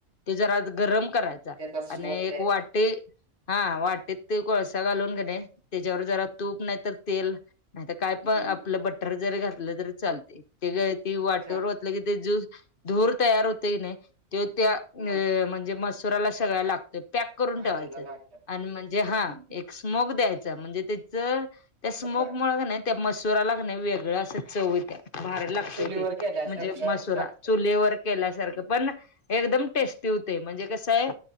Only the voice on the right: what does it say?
त्याचा स्मोक
द्यायचा
हम्म
हम्म.
चालतंय
होय
भाजीला
लागलं पाहिजे
हम्म
होय
चुलीवर
केल्यासारखं
लागतंय